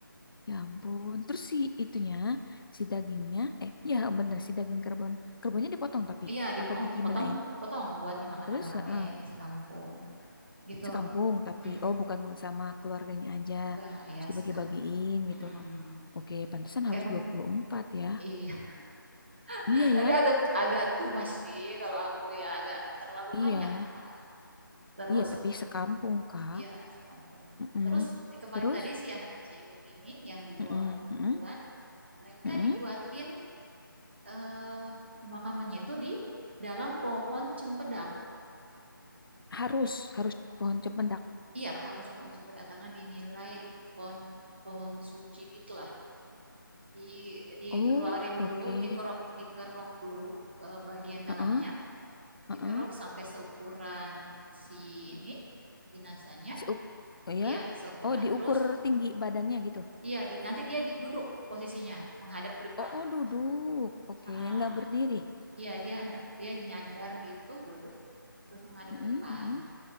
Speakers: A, on the left; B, on the right.
A: Ya ampun. Terus si itunya, si dagingnya, eh ya bener si daging kerbon. Kerbonnya dipotong tapi
B: Iya, dipotong,
A: apa di gimanain?
B: potong, dipotong buat dimakan
A: Terus
B: rame-rame
A: eh,
B: sekampung gitu.
A: sekampung tapi
B: Mm.
A: oh bukan sama keluarganya aja.
B: Enggak,
A: Terus
B: ya
A: dibagi-bagiin
B: sekampung. Mm-mm.
A: gitu. Oke, pantesan
B: Pakai
A: harus
B: kem-
A: 24 ya.
B: iya. <laughs>
A: Iya ya.
B: Tapi agak agak too much sih kalau aku ya agak terlalu
A: Iya.
B: banyak lah. Terus
A: Iya, tapi sekampung, Kak.
B: iya sekampung.
A: Mm-mm.
B: Terus eh, kembali
A: Terus
B: tadi si anak kecil ini yang di bawah
A: mm-mm,
B: 6
A: mm-mm,
B: bulan, mereka
A: mm-mm.
B: dibuatin eh, pemakamannya itu di dalam pohon cempedak.
A: harus harus pohon cempedak.
B: Iya, harus pohon cempedak karena dinilai pohon pohon suci gitu di dikeluarin
A: Oh, oke.
B: dulu, dikerok dikerok dulu eh, bagian
A: Heeh,
B: dalamnya,
A: heeh.
B: dikerok sampai seukuran si ini jenazahnya.
A: Si uk- oh ya?
B: ya seukuran
A: Oh, diukur
B: terus
A: tinggi badannya gitu.
B: iya di, nanti dia di- duduk posisinya menghadap ke depan.
A: Oh, oh duduk. Oke,
B: Ah,
A: nggak berdiri.
B: Iya, dia dia nyandar gitu duduk terus menghadap
A: Mm-mm,
B: ke depan.
A: mm-mm.